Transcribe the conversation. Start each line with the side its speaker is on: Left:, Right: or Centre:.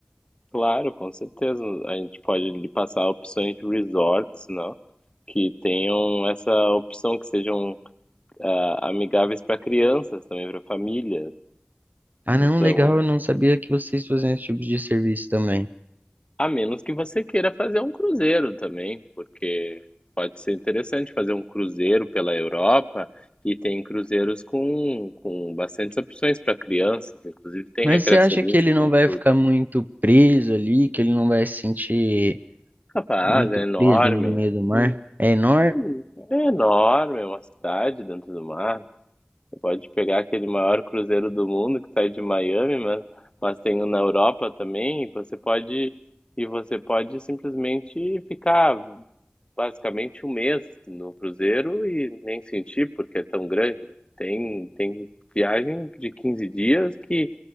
Left: claro, com certeza. A gente pode lhe passar opções de resorts, não? Que tenham essa opção que sejam ah, amigáveis para crianças também, para famílias.
Right: Ah,
Left: Então,
Right: não, legal,
Left: a
Right: eu não sabia que vocês faziam esse tipo de serviço também.
Left: a menos que você queira fazer um cruzeiro também, porque pode ser interessante fazer um cruzeiro pela Europa e tem cruzeiros com, com bastantes opções para crianças, inclusive tem
Right: Mas
Left: recreacionista,
Right: você acha que ele
Left: tem
Right: não vai
Left: tudo.
Right: ficar muito preso ali, que ele não vai se sentir
Left: Capaz,
Right: muito
Left: é enorme.
Right: preso ali no meio do mar?
Left: Hum,
Right: É enorme?
Left: hum, É enorme, é uma cidade dentro do mar. Você pode pegar aquele maior cruzeiro do mundo que sai de Miami, mas, mas tem um na Europa também, e você pode e você pode simplesmente ficar basicamente um mês no cruzeiro e nem senti porque é tão grande. Tem, tem viagem de 15 dias que